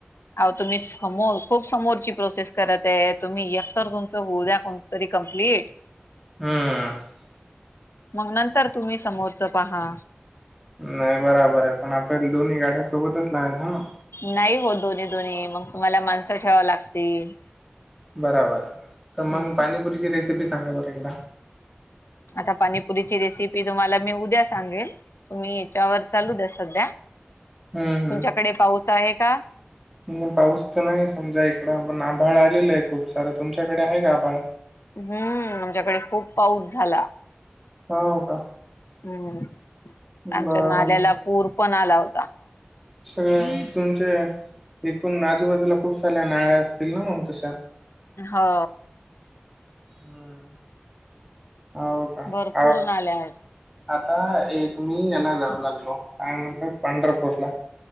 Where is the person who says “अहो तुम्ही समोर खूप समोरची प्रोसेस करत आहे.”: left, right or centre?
Left